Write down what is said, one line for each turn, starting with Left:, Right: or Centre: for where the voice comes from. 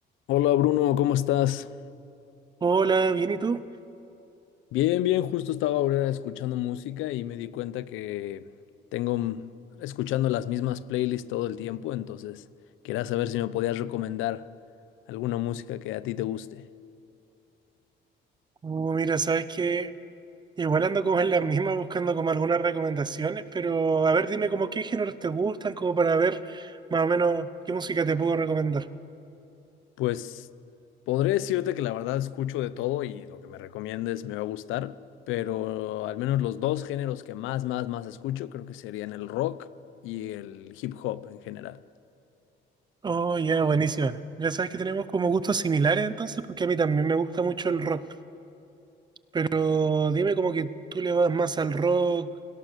Left: Hola Bruno, ¿cómo estás?
Right: Hola, bien, ¿y tú?
Left: Bien, bien, justo estaba ahora escuchando música y me di cuenta que tengo mm, escuchando las mismas playlists todo el tiempo, entonces quería saber si me podías recomendar alguna música que a ti te guste.
Right: Uh, mira, sabes que igual ando como en las mismas buscando como algunas recomendaciones, pero a ver, dime como qué géneros te gustan, como para ver más o menos qué música te puedo recomendar.
Left: Pues podré decirte que la verdad escucho de todo y lo que me recomiendes me va a gustar, pero al menos los dos géneros que más, más, más escucho creo que serían el rock y el hip hop en general.
Right: Oh, ya, buenísima. Ya sabes que tenemos como gustos similares entonces, porque a mí también me gusta mucho el rock, pero dime como que tú le vas más al rock,